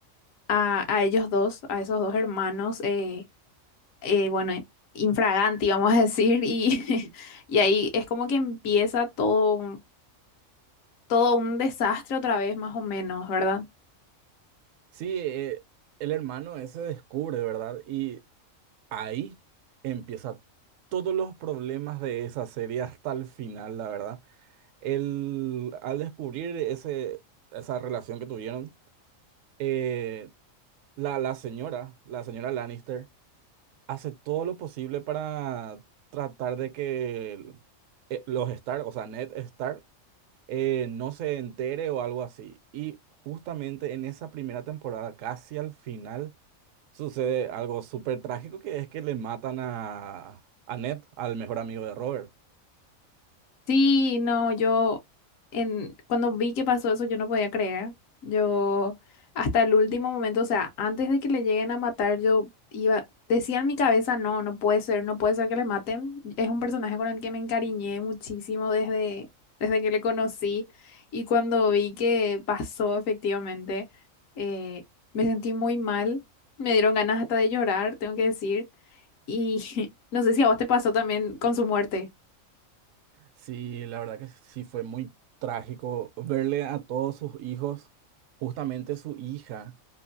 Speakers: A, on the left; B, on the right.
A: a, a ellos dos, a esos dos hermanos. eh, eh, bueno, infraganti, vamos a decir, y, <laughs> y ahí es como que empieza todo, un- todo un desastre otra vez, más o menos, ¿verdad?
B: Sí, eh, el hermano ese descubre, ¿verdad? Y Ahí empieza todos los problemas de esa serie hasta el final, la verdad. El, al descubrir ese, esa relación que tuvieron, eh, la, la señora, la señora Lannister, hace todo lo posible para tratar de que el- eh, los Stark, o sea, Ned Stark, eh, no se entere o algo así. Y justamente en esa primera temporada, casi al final sucede algo súper trágico que es que le matan a, a Ned, al mejor amigo de Robert.
A: Sí, no, yo en, cuando vi que pasó eso, yo no podía creer. Yo hasta el último momento, o sea, antes de que le lleguen a matar, yo iba, decía en mi cabeza, no, no puede ser, no puede ser que le maten. Es un personaje con el que me encariñé muchísimo desde, desde que le conocí. Y cuando vi que pasó efectivamente, eh, me sentí muy mal. Me dieron ganas hasta de llorar, tengo que decir. Y <laughs> no sé si a vos te pasó también con su muerte.
B: Sí, la verdad que sí fue muy trágico verle a todos sus hijos, justamente su hija